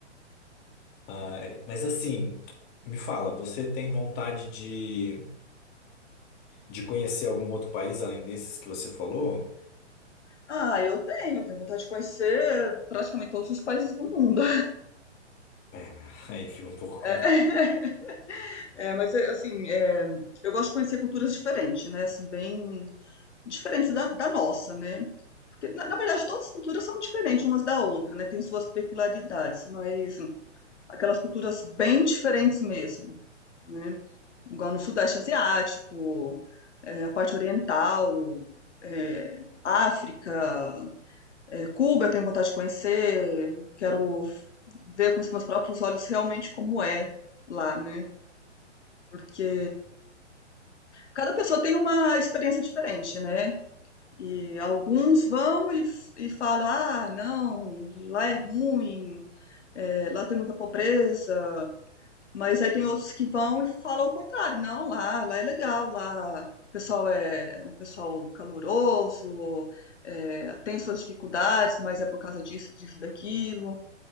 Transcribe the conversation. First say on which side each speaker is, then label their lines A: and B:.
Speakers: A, on the left (about 25°); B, on the left (about 70°).
A: Ai, mas assim, me fala, você tem vontade de, de conhecer algum outro país além desses que você falou?
B: Ah, eu tenho, tenho vontade de conhecer praticamente todos os países do mundo.
A: É, <laughs> aí fica um pouco
B: <laughs> É, é, mas é, assim, é, eu gosto de conhecer culturas diferentes, né? Assim, bem diferentes da, da nossa, né? Porque, na, na verdade, todas as culturas são diferentes umas da outra, né? Tem suas peculiaridades, mas aquelas culturas bem diferentes mesmo, né? Igual no Sudeste Asiático, é, a parte oriental, é, África, É, Cuba eu tenho vontade de conhecer, quero ver com os meus próprios olhos realmente como é lá, né? Porque cada pessoa tem uma experiência diferente, né? E alguns vão e, e falam, ah, não, lá é ruim, é, lá tem muita pobreza. Mas aí tem outros que vão e falam o contrário, não, lá, lá é legal, lá o pessoal é um pessoal caloroso, é, tem suas dificuldades, mas é por causa disso, disso, daquilo.